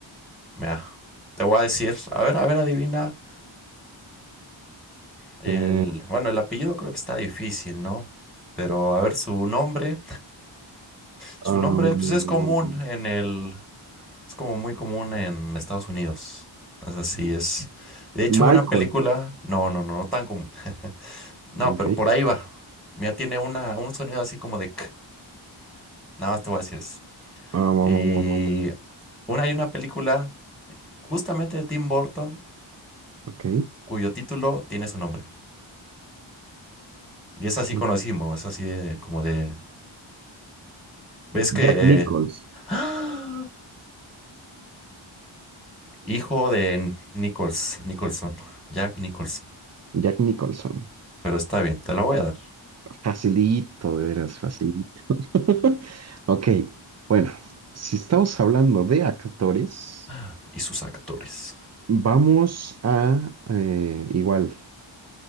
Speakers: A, in the centre; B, on the right.
A: Mira, te voy a decir. A ver, a ver, adivina. El,
B: Eh,
A: bueno, el apellido creo que está difícil, ¿no? Pero a ver, su nombre. Su
B: um,
A: nombre, pues es común en el. Es como muy común en Estados Unidos. Es así, es. De hecho,
B: Michael.
A: una película. No, no, no, no tan común. No,
B: Ok.
A: pero por ahí va. Mira, tiene una, un sonido así como de k. Nada más te voy a decir eso.
B: Um,
A: Y una, hay una película justamente de Tim Burton
B: ok.
A: cuyo título tiene su nombre. Y es así
B: Tim-
A: conocimos, es así de- como de... ¿Ves que...
B: Jack Nichols.
A: eh, ¡Ah! Hijo de Nichols, Nicholson, Jack Nicholson.
B: Jack Nicholson.
A: Pero está bien, te la voy a dar.
B: Facilito, de veras, facilito. <laughs> Ok, bueno, si estamos hablando de actores,
A: <laughs> Y sus actores.
B: vamos a eh, igual.